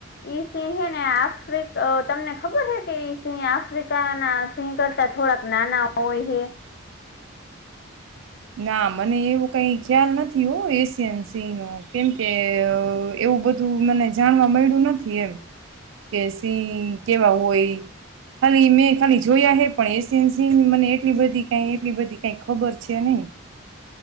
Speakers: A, on the left; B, on the right.
A: ઈ સિહેને આફ્રિક તમને ખબર છે કે ઈ સિહ આફ્રિકાના સિંહ કરતા થોડાક નાના હોય હે.
B: ના મને એવું કઈ ખ્યાલ નથી હો એશિયન સિંહ નો કેમકે એવું બધું મને જાણવા મળ્યું નથી એમ. કે સિંહ કેવા હોય. ખાલી મેં ખાલી જોયા હે પણ એશએન્સીની મને એટલી બધી કાંઈ એટલી બધી કાંઈ ખબર છે હતી નહીં.